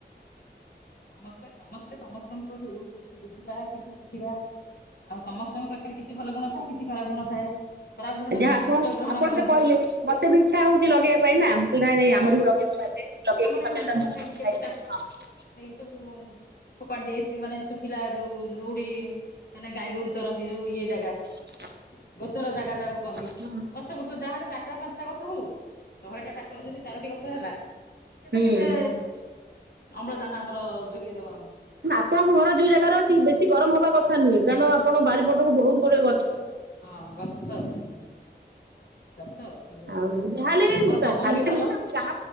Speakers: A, on the left; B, on the right.
A: ସମସ୍ତେ ସମସ୍ତେ ସମସ୍ତଙ୍କଠୁ କିଛି ବୁଝିବା କିଛି ଶିଖିବା। ଆଉ ସମସ୍ତଙ୍କ ପାଖରେ କିଛି ଭଲ ଗୁଣ ଥାଏ କିଛି ଖରାପ ଗୁଣ ଥାଏ। ଖରାପ ଗୁଣ ଟାକୁ
B: ଆ ଯାହା
A: ଲୋକ ଶୀଘ୍ର
B: ଆପଣ
A: ଗ୍ରହଣ
B: ଆପଣ
A: କରନ୍ତି
B: କହିଲେ ମୋତେ ବି ଇଚ୍ଛା ହଉଛି ଲଗେଇବା ପାଇଁ ନା। ନାହିଁ ନାହିଁ
A: ହଁ
B: ଆମର ବି ଲଗେଇ ଲଗେଇକି
A: ଆମର
B: ସଚେତନଁ
A: ଏ ମାଙ୍କଡ ଖାଇକି
B: ଥାଏ।
A: କେତେ <unintelligible> ଫୋପାଟ ଦେଇ ଆସି ମାନେ ଶୁଖିଲା ଯୋଉ ଯୋଉଠି ମାନେ ଗାଈ ଗୋରୁ ଚରନ୍ତି ଯୋଉ ଇଏ ଜାଗା।
B: <inaudible>
A: ଗଛର ଜାଗା ଜାଗାକୁ କହନ୍ତି।
B: ହଁ
A: ଗଛ ଫୁଛ ଯାହାହେଲେ ଚାରିଟା ପାଞ୍ଚଟା ଗଛ ହଉ ଶହେଟା ଟା ଯଦି ଚାରୋଟି ଗଛ ହେଲା ସେ
B: ହୁଁ
A: ତ କେତେ ଅମ୍ଳଜାନ ଆମର ଯୋଗେଇ ଦବା ଆମକୁ।
B: ଆପଣଙ୍କ ଘର ଯୋଉ ଜାଗାରେ ଅଛି ବେଶୀ ଗରମ ହବା କଥା ନୁହେ। କାରଣ ଆପଣାରିପଟକୁ ବହୁତ ଗୋଟେ
A: ଗଛ ହଁ ଗଛ ତ ଅଛି ଗଛ ଅଛି। ବହୁତ
B: ଆଉ ଯାହାହଲେ
A: ଆମର
B: ବି
A: ପବନ
B: ଖାଲି ସେମିତି
A: ଭଲ